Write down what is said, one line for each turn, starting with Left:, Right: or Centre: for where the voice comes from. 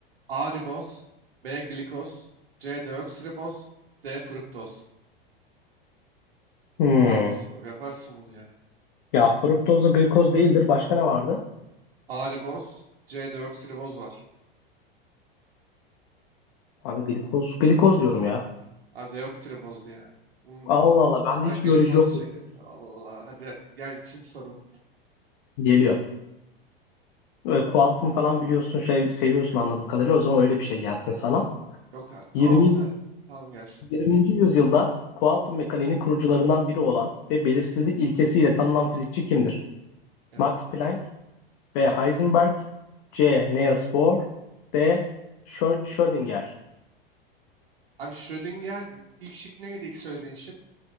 Right: A riboz, B glikoz, C deoksiriboz, D fruktoz.
Left: Hmm.
Right: Rahat bir soru. Yaparsın bunu ya.
Left: Ya fruktozla glikoz değildir. Başka ne vardı?
Right: A riboz, C deoksiriboz var.
Left: Abi glikoz, glikoz diyorum ya.
Right: Abi deoksiriboz ya. Bunun-
Left: Allah Allah bende
Right: Ha,
Left: hiç
Right: glikoz
Left: biyoloji yoktu
Right: şeker.
Left: biliyor musun?
Right: Allah hadi gelsin sorun.
Left: Geliyor. Ve kuantum falan biliyorsun şey seviyorsun anladığım kadarıyla. O zaman öyle bir şey gelsin sana.
Right: Yok ha- ama
Left: 20,
Right: onu da tamam gelsin.
Left: 20. yüzyılda kuantum mekaniğinin kurucularından biri olan ve belirsizlik ilkesiyle tanınan fizikçi kimdir?
Right: Evet.
Left: Max Planck, B. Heisenberg, C. Niels Bohr, D. Schö- Schrödinger.
Right: Abi Schrödinger ilk şık neydi ilk söylediğin şık?